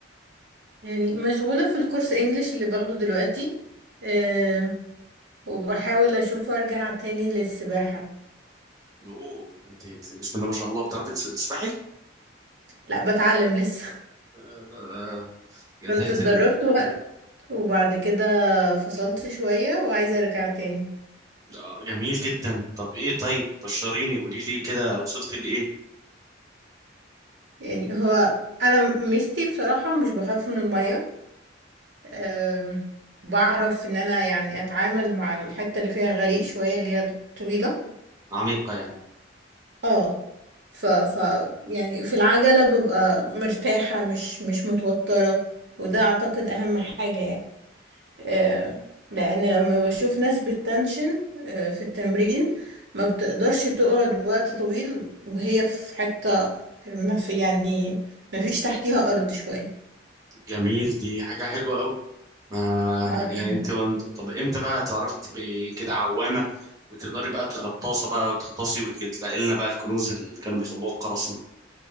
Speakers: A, on the right (about 70°); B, on the right (about 20°).
A: يعني مشغولة في الكورس انجليش اللي باخده دلوقتي أه وبحاول اشوف ارجع تاني للسباحة
B: اوه انت انت بسم الله ما شاء الله بتعرفي تس- تسبحي؟
A: لا بتعلم لسه
B: آه، ده- ده-
A: <laughs> كنت
B: ده-
A: اتدربت
B: ده-
A: وقت وبعد كده فصلت شوية وعايزة ارجع تاني
B: ده جميل جدا طب ايه طيب بشريني قولي لي كده وصلت لايه؟
A: يعني هو انا ميزتي بصراحة مش بخاف من المية أه بعرف ان انا يعني اتعامل مع الحتة اللي فيها غريق شوية اللي هي طويلة
B: عميقة يعني
A: اه ف ف يعني في العجلة ببقى مرتاحة مش مش متوترة وده اعتقد اهم حاجة يعني آه لان لما بشوف ناس بالتنشن آه في التمرين ما بتقدرش تقعد وقت طويل وهي في حتة ما في يعني ما فيش تحتيها ارض شوية
B: جميل دي حاجة حلوة قوي ما
A: اه الحمد
B: يعني
A: لله
B: انت وانت طب امتى بقى هتعرفي تبقي كده عوامة وتقدري بقى تغطاسة بقى وتغطاسي وتلاقي لنا بقى الكنوز اللي كانوا بيخبوها القراصنة